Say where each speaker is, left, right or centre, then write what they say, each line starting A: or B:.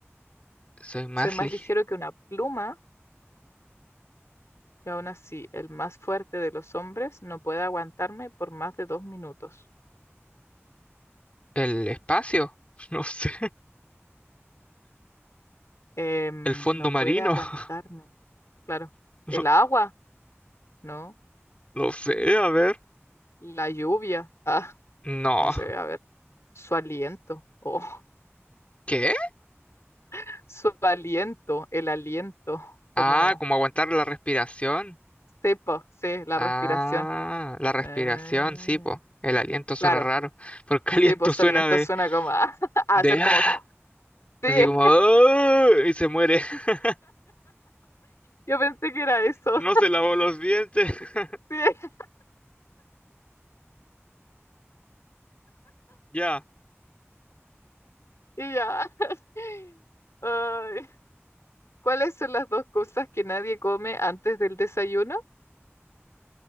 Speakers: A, on the left; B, on the left.
A: Soy más
B: Soy más
A: lige-
B: ligero que una pluma y aún así, el más fuerte de los hombres no puede aguantarme por más de dos minutos.
A: ¿El espacio? <laughs> No sé.
B: Em,
A: ¿El fondo
B: no puede
A: marino?
B: aguantarme.
A: <laughs>
B: Claro.
A: No,
B: El agua, ¿no?
A: no sé, a ver.
B: La lluvia. Ah,
A: No.
B: no sé, a ver. Su aliento. Oh,
A: ¿Qué?
B: <laughs> su aliento, el aliento,
A: Ah,
B: como
A: como aguantar la respiración.
B: cepa, sí, la
A: Ah,
B: respiración.
A: la respiración,
B: Eh,
A: sí, po. El aliento suena
B: claro.
A: raro, porque
B: Sí,
A: aliento
B: pues
A: suena
B: soliento
A: de,
B: suena como a, <laughs> a
A: de
B: hacer
A: ah.
B: como. <laughs> Sí,
A: Así como, "Ah", y se muere. <laughs>
B: yo pensé que era eso.
A: No se lavó los dientes. <laughs>
B: <laughs> Sí,
A: Ya,
B: y ya. <laughs> Ay, ¿Cuáles son las dos cosas que nadie come antes del desayuno?